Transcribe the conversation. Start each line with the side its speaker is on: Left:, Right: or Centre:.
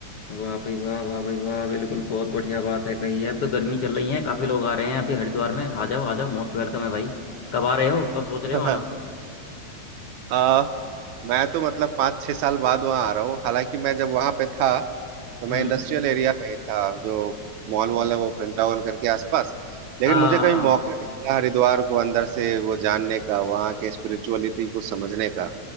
Left: वाह भाई वाह वाह भाई वाह बिल्कुल बहुत बढ़िया बात है कही है अभी तो गर्मी चल रही है काफी लोग आ रहे हैं अभी हरिद्वार में आ जाओ आ जाओ मोस्ट वेलकम है भाई कब आ रहे हो कब सोच रहे
Right: <laughs>
Left: हो आना
Right: आ, मैं तो मतलब पाँच छह साल बाद वहाँ आ रहा हूँ हालांकि मैं जब वहाँ पे था तो मैं
Left: हम्म
Right: इंडस्ट्रियल एरिया में ही था जो मॉल वॉल है वो पेंटागन करके आसपास लेकिन
Left: हाँ
Right: मुझे कभी मौका नहीं मिला हरिद्वार को अंदर से वो जानने का वहाँ के स्पिरिचुअलिटी को समझने का